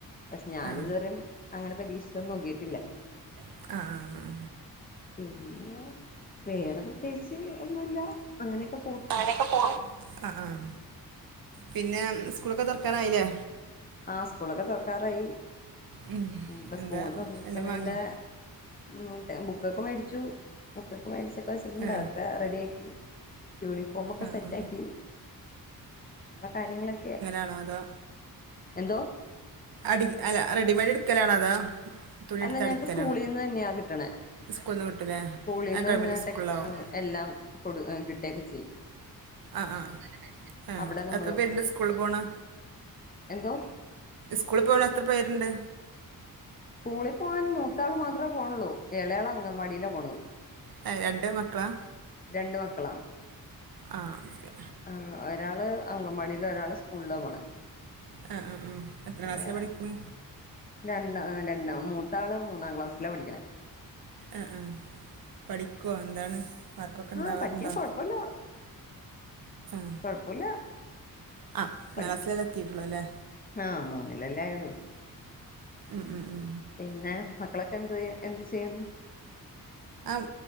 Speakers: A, on the left; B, on the right.
A: പക്ഷെ ഞാനിതുവരെ
B: ആ
A: അങ്ങനെ പരീക്ഷിച്ചൊന്നും നോക്കിട്ടില്ല
B: ആഹ് ആഹ് ആഹ്
A: പിന്നെ വേറെ പ്രത്യേകിച്ച് ഒന്നുല്ല അങ്ങനെക്കെ
B: അങ്ങനെക്കെ പോണു ആഹ് ആഹ് പിന്നെ സ്കൂളൊക്കെ തൊറക്കാനായിലെ
A: ആഹ് സ്കൂളൊക്കെ തൊറക്കാറായി
B: ഉം.
A: ഇൻപ്പോ
B: എന്താ
A: സ്കൂള് തൊറക്ക്ണേന്റെ
B: എല്ലാം വാങ്ങിയോ
A: ഉം എം ബുക്കൊക്കെ മേടിച്ചു ബുക്കൊക്കെ മേടിച്ചൊക്കെവെച്ച്ട്ട്ണ്ട്
B: ആ
A: അതൊക്കെ റെഡിആക്കി യൂണി ഫോമൊക്കെ
B: ആ ആ,
A: സെറ്റാക്കി ഇള്ള കാര്യങ്ങളൊക്കെ
B: ആണോ അതോ
A: എന്തോ
B: അടി അല്ല റെഡിമെയ്ഡ് ഇട്ക്കലാണോ അതോ തുണി
A: അല്ല
B: എടുത്ത് അടിക്കലോ
A: ഞങ്ങക്ക് സ്കൂളിന്ന് തന്നെയാ കിട്ടണേ
B: സ്കൂളിൽ നിന്ന് കിട്ടൂലേ
A: സ്കൂളിന്ന്
B: ആ ഗവൺമെൻറ്
A: തന്നെ
B: സ്കൂളിലാവും
A: ടെക്സ് ആഹ് എല്ലാം കൊടു ഏഹ് കിട്ടേക്കചിയ്യും
B: ഏഹ് ആഹ് ആഹ് ഏഹ്
A: അവിടെ നമ്മള്
B: എത്ര പേര്ണ്ട് സ്കൂള് പോണ്
A: എന്തോ
B: സ്കൂള് പോണ എത്ര പേരുണ്ട്
A: സ്കൂളി പോകാൻ മൂത്താൾ മാത്രേ പോണള്ളൂ എളേയാള് അങ്കൻവാടിയിലാ പോണത്
B: ഏഹ് രണ്ട് മക്കളാ
A: രണ്ട് മക്കളാണ്
B: ആഹ് ഒക്കെ
A: ആഹ് ഒരാള് അങ്കംവാടിൽ ഒരാള് സ്കൂളിലാ പോണെ
B: ആഹ് ആഹ് ഉം എത്രാ
A: എളയ
B: ക്ലാസ്സിലാ പഠിക്ക്ണ്
A: രണ്ട രണ്ട മൂത്താള് മൂന്നാം ക്ലാസ്സിലാ പഠിക്ക്ന്
B: ആഹ് ആഹ് പഠിക്കോ എന്താണ് മാർക്കൊക്കെ ഉണ്ടാവാറുണ്ടോ
A: ആഹ് പഠിക്കാൻ കൊഴപ്പല്ല
B: ആ
A: കൊഴപ്പൊല്ല
B: ആ ഒന്നാം
A: പഠിക്കും
B: ക്ലാസ്സിലല്ലേ എത്തിയിട്ടുള്ളൂ അല്ലേ
A: ആഹ് മൂന്നിലല്ലേ ആയുള്ളൂ
B: ഉം ഉം ഉം
A: പിന്നെ മക്കളൊക്കെ എന്ത് എന്ത് ചെയ്യുന്നു
B: അം